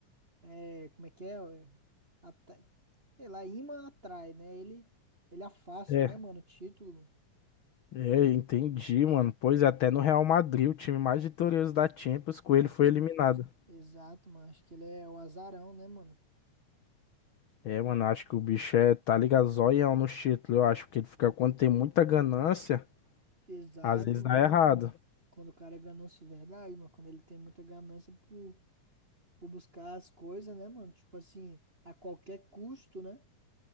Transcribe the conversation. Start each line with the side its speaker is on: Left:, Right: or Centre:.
Right: é, como é que é? É, ata- sei lá, imã atrai, né? Ele ele afasta,
Left: É.
Right: né, mano, o título
Left: É, entendi, mano. Pois é, até no Real Madrid, o time mais vitorioso da Champions, com
Right: da
Left: ele foi
Right: tinta.
Left: eliminado.
Right: Exato, mano. Acho que ele é o azarão, né, mano?
Left: É, mano, eu acho que o bicho é, tá ligado, zoião no título. Eu acho que ele fica, quando tem muita ganância,
Right: Exato,
Left: às vezes
Right: mano.
Left: dá errado.
Right: Quando o cara é ganância de verdade, mano, quando ele tem muita ganância por, por buscar as coisas, né, mano? Tipo assim, a qualquer custo, né?